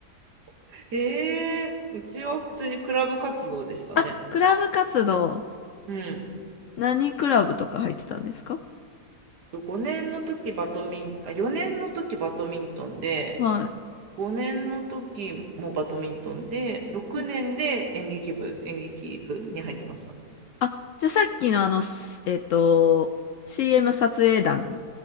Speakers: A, on the right (about 80°); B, on the left (about 70°).
A: <laughs> へうちは普通にクラブ活動でしたね。
B: あ、クラブ活動。
A: うん。
B: 何クラブとか入ってたんですか
A: 5年の時バドミン、あ、4年の時バドミントンで、
B: は
A: 5年の時もバドミントンで、6年で演劇部、
B: い。
A: 演劇部に入ってました。
B: あ、じゃあさっきのあの、すえっと、CM 撮影団。